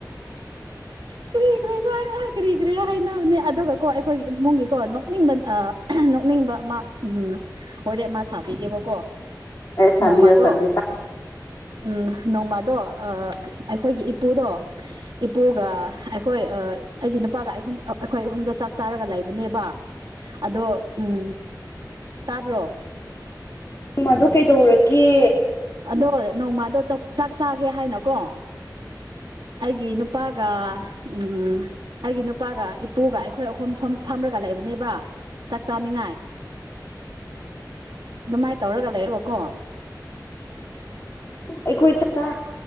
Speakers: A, on the right; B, on the left.
A: <unintelligible> ꯑꯦ ꯀꯔꯤ ꯀꯔꯤꯔꯥ ꯍꯥꯏꯅꯕꯅꯦ ꯑꯗꯨꯒ ꯀꯣ ꯑꯩꯈꯣꯏꯒꯤ ꯏꯃꯨꯡꯒꯤꯀꯣ ꯅꯣꯛꯅꯤꯡꯕ ꯅꯣꯛꯅꯤꯡꯕ ꯑꯃ ꯎꯝ ꯍꯣꯔꯦ ꯃꯥ ꯁꯥꯕꯤꯒꯦꯕꯀꯣ
B: ꯑꯦꯁꯕꯤꯣ
A: ꯅꯣꯡꯃꯗꯣ
B: ꯁꯕꯤ
A: ꯎꯝ ꯅꯣꯡꯃꯗꯣ ꯑꯩꯈꯣꯏꯒꯤ ꯏꯄꯨꯗꯣ ꯏꯄꯨꯒ ꯑꯩꯈꯣꯏ ꯑꯩꯣꯏ ꯑꯩꯒꯤ ꯅꯨꯄꯥꯒ ꯑꯍꯨꯝ ꯑꯩꯈꯣꯏ ꯑꯍꯨꯝꯗ ꯆꯥꯛ ꯆꯥꯔꯒ ꯂꯩꯕꯅꯦꯕ ꯑꯗꯣ ꯎꯝ ꯇꯥꯕ꯭ꯔꯣ
B: ꯑꯗꯨꯗ ꯀꯩꯗꯧꯔꯒꯦ
A: ꯑꯗꯣ ꯅꯣꯡꯃꯗꯣ ꯆꯥꯛ ꯆꯥꯒꯦ ꯍꯥꯏꯅꯣꯀꯣ ꯑꯩꯒꯤ ꯅꯨꯄꯥꯒ ꯎꯝ ꯑꯩꯒꯤ ꯅꯨꯄꯥꯒ ꯏ ꯄꯨꯒ ꯑꯩꯈꯣꯏ ꯑꯍꯨꯝ ꯐꯝꯔꯒ ꯂꯩꯕꯅꯦꯕ ꯆꯥꯛ ꯆꯥꯅꯤꯡꯉꯥꯏ ꯑꯗꯨꯃꯥꯏꯅ ꯇꯧꯔꯒ ꯂꯩꯔꯣꯀꯣ
B: ꯑꯩꯈꯣꯏ ꯆꯥꯛꯆꯥ